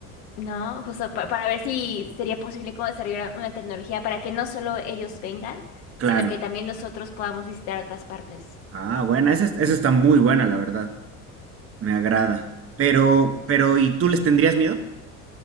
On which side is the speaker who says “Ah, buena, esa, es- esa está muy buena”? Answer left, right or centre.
Right